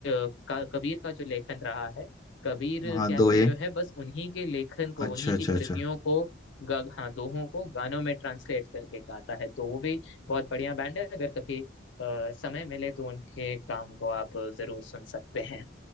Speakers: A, on the left; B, on the left.
A: अ, का, कबीर का जो लेखन रहा है कबीर
B: हाँ
A: कैफे
B: दो है
A: जो है बस उन्हीं के लेखन को
B: अच्छा
A: उन्हीं की
B: अच्छा
A: कृतियों
B: अच्छा
A: को ग, हाँ दोहों को गानों में ट्रांसलेट करके गाता है तो वो भी बहुत बढ़िया बैंड है अगर कभी अ, समय मिले तो उनके काम को आप जरूर सुन सकते हैं